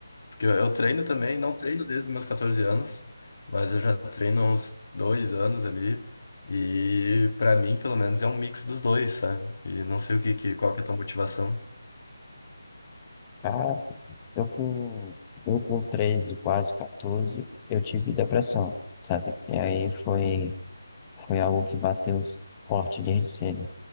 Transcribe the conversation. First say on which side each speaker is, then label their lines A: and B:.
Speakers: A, on the left; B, on the left.
A: Porque eu, eu treino também, não treino desde os meus 14 anos, mas eu já treino há uns dois anos ali. E pra mim, pelo menos, é um mix dos dois, sabe? E não sei o que, que qual que é a tua motivação.
B: Cara, Eu com, eu com 13 quase 14, eu tive depressão, sabe? E aí foi, foi algo que bateu forte desde cedo.